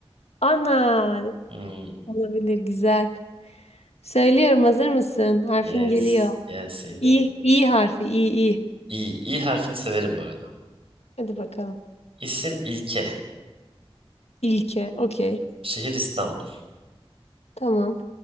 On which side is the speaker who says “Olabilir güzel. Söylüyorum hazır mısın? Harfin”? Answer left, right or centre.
Left